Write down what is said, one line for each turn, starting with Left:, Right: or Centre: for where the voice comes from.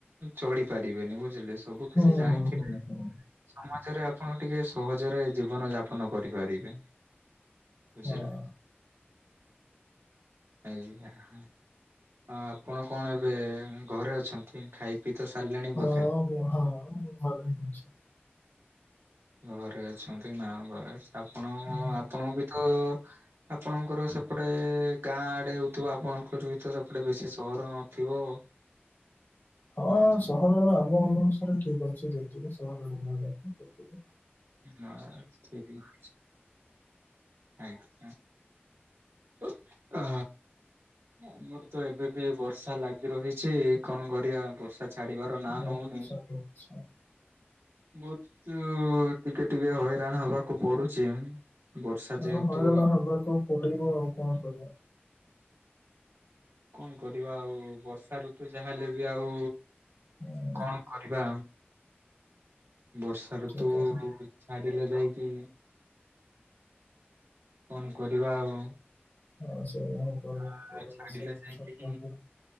Right: ଚଳି ପାରିବେନି ବୁଝ ବୁଝିଲେ ସବୁ
Left: ହୁଁ
Right: କିଛି ଜାଣିଥିଲେ
Left: ହୁଁ ହୁଁ ହୁଁ
Right: ସମାଜରେ ଆପଣ ଟିକେ ସହଜରେ ଜୀବନ ଯାପନ କରିପାରିବେ ବୁଝିଲେ।
Left: ହଁ।
Right: ଆଜ୍ଞା ଆପଣଙ୍କୁ କଣ ଏବେ ଘରେ ଅଛନ୍ତି ଖାଇ ପିଇ ତ ସାରିଲେଣି
Left: ହଁ
Right: ବୋଧେ?
Left: ହଁ ମୁଁ ଘରେ ହିଁ ଅଛି।
Right: ଘରେ ଅଛନ୍ତି ନା ଘରେ ଆପଣ
Left: ହୁଁ,
Right: ଆପଣ ବି ତ ଆପଣଙ୍କର ସେପଟେ ଗାଁ ଆଡ଼େ ହୋଉଥିବ ଆପଣଙ୍କର ବି ତ ସେପଟେ ବେଶୀ ସହର ନଥିବ। <unintelligible>
Left: ହଁ
Right: ହୁଁ
Left: ସହରରେ ଆମ ଅନୁସାରେ ଠିକ୍ ଅଛି ଯେତିକି ସହର ହେବା କଥା।
Right: ହଁ ଠୀକ୍ ହିଁ ଅଛି ଆଜ୍ଞା। ଉ ଆ ଆମର ତ ଏବେ ବି ବର୍ଷା ଲାଗି ରହିଛି କଣ କରିଆ ବର୍ଷା ଛାଡିବାର ନାଁ ନଉନି।
Left: ଆଚ୍ଛା ଆଚ୍ଛା।
Right: ବହୁତ ଟିକେ ଟିକେ ହଇରାଣ ହବାକୁ ପଡୁଛି। ବର୍ଷା ଯେହେତୁ
Left: ହଁ ହଇରାଣ ହବାକୁ ପଡିବ ଆଉ କଣ କରିବା।
Right: କଣ କରିବା ଆଉ ବର୍ଷା ଋତୁ ଯାହା ହେଲେ ବି ଆଉ
Left: ହୁଁ
Right: କଣ କରିବା ବର୍ଷା ଋତୁ
Left: ଠିକ୍ କଥା
Right: ଛାଡିଲେ ଯାଇକି କଣ କରିବା ଆଉ।
Left: ହଁ ସେଇଆ କରିବାକୁ
Right: ଆ
Left: ପଡିବ
Right: ଛାଡିଲେ
Left: ବର୍ଷା
Right: ଯାଇକି
Left: ଋତୁ <inaudible>